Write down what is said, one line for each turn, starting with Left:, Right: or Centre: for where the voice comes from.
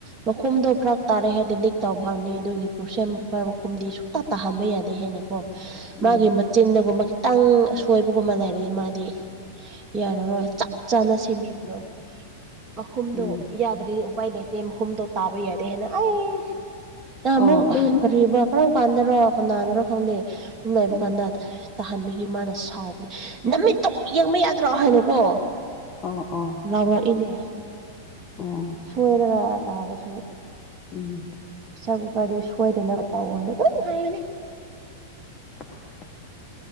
Right: ꯃꯈꯨꯝꯗꯣ ꯐꯔꯛ ꯇꯥꯔꯦ ꯍꯥꯏꯗꯤ ꯂꯤꯛ ꯇꯧꯈꯔꯅꯤ ꯑꯗꯨꯒꯤ ꯄ꯭ꯔꯣꯁꯦꯝꯔ ꯃꯈꯨꯝꯗꯤ ꯁꯨꯛꯇ ꯇꯥꯍꯟꯕ ꯌꯥꯗꯦ ꯍꯦꯟꯅ ꯀꯣ ꯃꯥꯒꯤ
Left: ꯎꯝ
Right: ꯃꯆꯤꯟꯗꯒꯨꯝꯕ ꯈꯤꯇꯪꯁꯣꯏꯕꯒꯨꯝꯕ ꯂꯩꯔꯗꯤ ꯃꯥꯗꯤ ꯌꯥꯔꯔꯣꯏ ꯆꯞ ꯆꯥꯅ ꯁꯦꯝꯕꯤꯕꯗꯣ ꯃꯈꯨꯝꯗꯣ
Left: ꯎꯝ
Right: ꯌꯥꯗ꯭ꯔꯗꯤ ꯎꯄꯥꯏ ꯂꯩꯇꯦ ꯃꯈꯨꯝꯗꯣ ꯇꯥꯕ ꯌꯥꯗꯦ ꯍꯥꯏꯌꯦꯟꯅ ꯑꯩ ꯅꯍꯥꯟꯃꯨꯛ
Left: ꯑꯣ ꯑꯣ
Right: ꯀꯔꯤꯕ ꯀꯔꯝ ꯀꯥꯟꯗꯔꯣ ꯀꯅꯥꯟꯅꯔꯣ ꯈꯪꯗꯦ ꯁꯨꯝ ꯂꯥꯏꯕ
Left: ꯎꯝ
Right: ꯀꯥꯟꯗ ꯇꯥꯍꯟꯕꯒꯤ ꯃꯥꯅ ꯁꯥꯎꯕ ꯅꯃꯤꯠꯇꯣ ꯌꯦꯡꯕ ꯌꯥꯗ꯭ꯔꯣ ꯍꯥꯏꯅꯀꯣ
Left: ꯑꯣ ꯑꯣ
Right: ꯂꯥꯎꯔꯛꯏꯅꯦ
Left: ꯑꯣ
Right: ꯁꯣꯏꯔꯒ ꯇꯥꯕꯁꯨ
Left: ꯎꯝ
Right: ꯄ꯭ꯔꯦꯁꯔ ꯀꯨꯀꯔꯗꯤ ꯁꯣꯏꯗꯅꯕ ꯇꯧ ꯍꯥꯏꯅ ꯑꯗꯨꯝ ꯍꯥꯏꯕꯅꯤ
Left: <unintelligible>